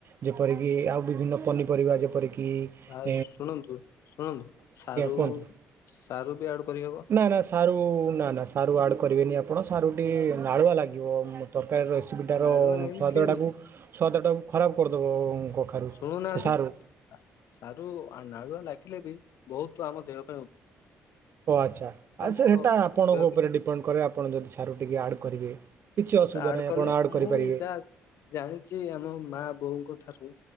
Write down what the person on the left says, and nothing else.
ଆଉ
ଶୁଣନ୍ତୁ ଶୁଣନ୍ତୁ ସାରୁ
ସାରୁ ବି ଆଡ କରିହେବ।
ନାଳୁଆ ଲାଗିଲେ
କେହି ବି
ଶୁଣୁନାହାନ୍ତି
ଶାର୍। ସାରୁ ନାଳୁଆ ଲାଗିଲେ ବି ବହୁତ୍ ଆମ ଦେହକୁ
ଆମ
ଦେହ
ସେଟା
ଆଡ
କଲେ
ମୁଁ
ଯା ଜାଣିଛି ଆମ ମା ବୋଉଙ୍କ ଠାରୁ